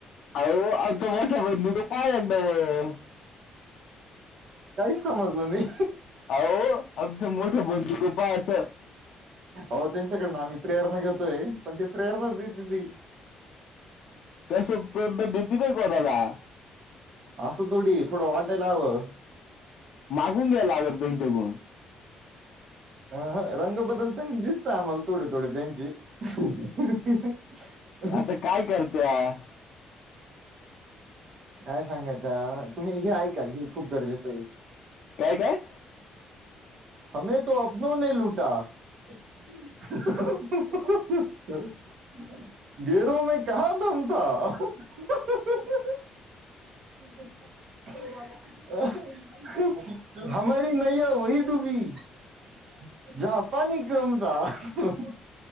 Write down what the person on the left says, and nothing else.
अहो आता मोठ्या <unintelligible> पहा एकदा मग.
अहो आमचं मोठे बंधू तो पहा असं
तसं पूर्ण भीती नाही कोणाला?
मागून घ्या लावेल त्यांच्या गुण.
आता काय करत्या?
काय काय?